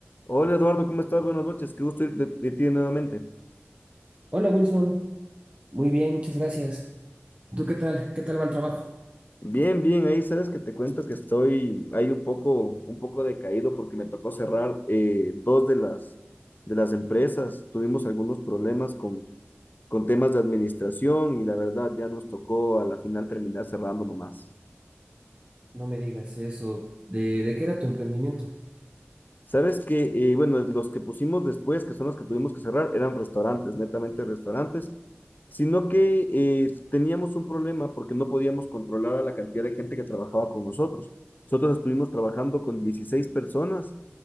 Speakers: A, on the left; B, on the right.
A: Hola Eduardo, ¿cómo estás? Buenas noches, qué gusto ir de, de ti nuevamente.
B: Hola Wilson, muy bien, muchas gracias. ¿Tú qué tal? ¿Qué tal va el trabajo?
A: Bien, bien, ahí sabes que te cuento que estoy ahí un poco, un poco decaído porque me tocó cerrar eh, dos de las, de las empresas. Tuvimos algunos problemas con, con temas de administración y la verdad ya nos tocó a la final terminar cerrando nomás.
B: No me digas eso. ¿De, de qué era tu emprendimiento?
A: Sabes que, eh, bueno, los que pusimos después, que son los que tuvimos que cerrar, eran restaurantes, netamente restaurantes, sino que eh, teníamos un problema porque no podíamos controlar a la cantidad de gente que trabajaba con nosotros. Nosotros estuvimos trabajando con 16 personas